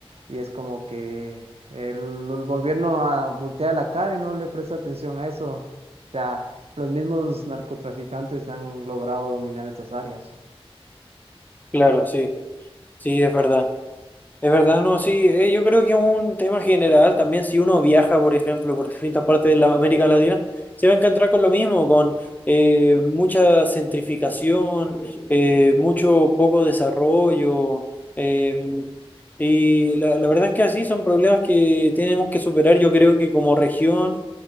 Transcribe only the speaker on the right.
y es como que el, el gobierno ah, voltea la cara y no le presta atención a eso. O sea, los mismos narcotraficantes han logrado dominar estas áreas.